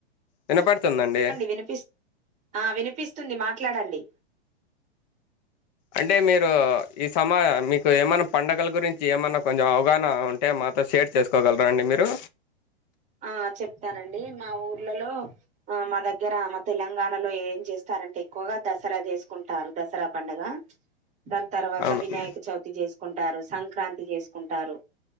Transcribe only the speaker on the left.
వినపడుతుందండి
అంటే మీరు ఈ సమా మీకు ఏమన్నా పండగల గురించి ఏమైన్నా కొంచెం అవగాహన ఉంటే మాతో షేర్ చెస్ చేసుకోగలరా అండి మీరు
అవునండి